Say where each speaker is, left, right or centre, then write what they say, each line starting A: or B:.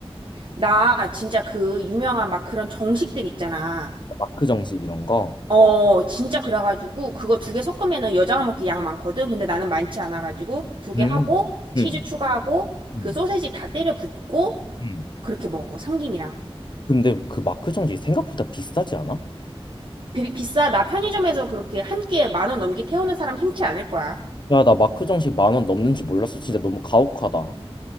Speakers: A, on the right; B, on the left.
A: 나 진짜 그 유명한 막 그런 정식들 있잖아.
B: 마크 정식 이런 거?
A: 어, 진짜 그래가지고 그거 두 개 섞으면은 여자가 먹기 양 많거든. 근데 나는 많지 않아가지고 두
B: 음,
A: 개 하고 치즈
B: 음,
A: 추가하고
B: 음,
A: 그 소세지 다 때려 붓고
B: 음.
A: 그렇게 먹어. 삼김이랑.
B: 근데 그 마크 정식 생각보다 비싸지 않아?
A: 비, 비싸. 나 편의점에서 그렇게 한 끼에 만 원 넘게 태우는 사람 흔치 않을 거야.
B: 야, 나 마크 정식 만 원 넘는 줄 몰랐어. 진짜 너무 가혹하다.